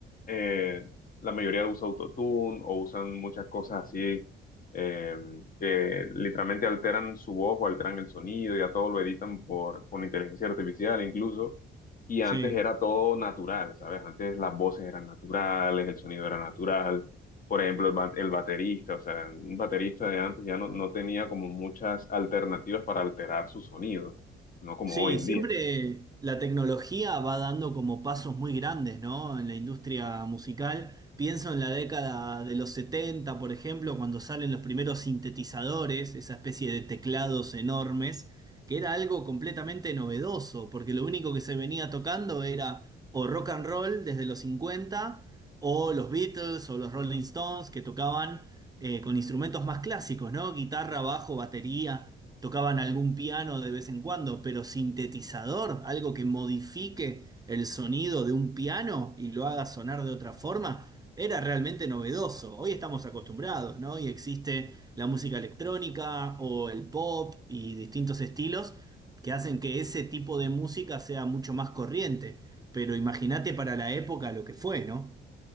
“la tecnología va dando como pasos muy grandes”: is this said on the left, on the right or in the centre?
Right